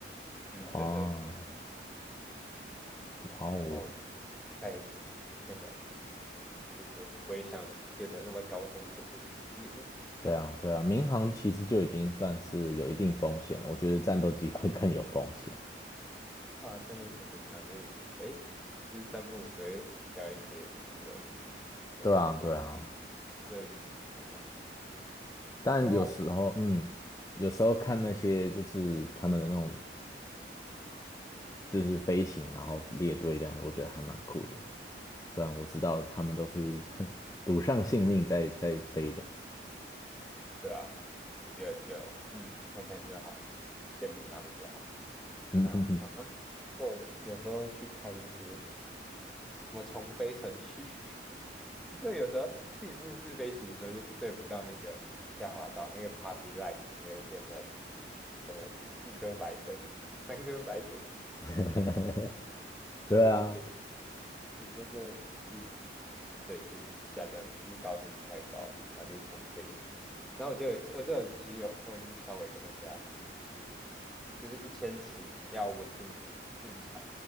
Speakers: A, in the centre; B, on the left (about 20°).
A: 就是真的准。
B: 哇，哇哦，
A: 我哦，太太难了，我我也想变成那么高风险的职业
B: 对啊，对啊，民航其实就已经算是有一定风险了，我觉得战斗机会更有风险。
A: 啊，真的剪很长，就是诶，就是三不五时会听到一些新闻，说什么谈
B: 对啊，对啊，
A: 热议，然后
B: 但有时候，
A: 然后
B: 嗯，有时候看那些就是他们的那种就是飞行，然后列队这样子，我觉得还蛮酷的。虽然我知道他们都是 <laughs> 赌上性命在在飞的，
A: 对啊，就就嗯看看就好，羡慕他们就好。
B: <laughs> 嗯哼哼，
A: 然后我有时候会去看一些什么重飞程序，<laughs> 因为有时候自己目视飞行的时候就对不到那个下滑道，那个 party light 就会变成可能四颗白灯、<laughs> 三颗白灯。<laughs>
B: <laughs> 对啊，
A: 哦，你说这是对，就是下降，就是高度太高，然后就重飞。然后我就我就有其实有我有去稍微看一下，就是。就是一千尺要稳定进进场